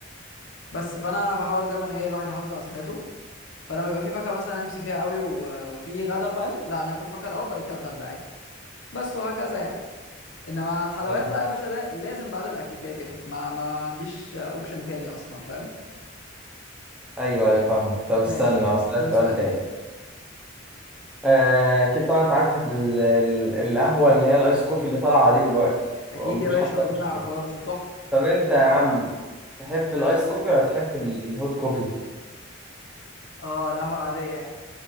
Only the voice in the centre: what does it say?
أيوة.
ايوه ايوه فاهمك طب استنى
هسألك
سؤال
تاني
آه، اكيد طبعا انت عارف ال- ال- القهوه اللي هي الايس كوفي اللي طالعه دي دلوقتي
ومفيش
حد
مشروب
طب انت يا عم تحب الايس كوفي ولا تحب الهوت كوفي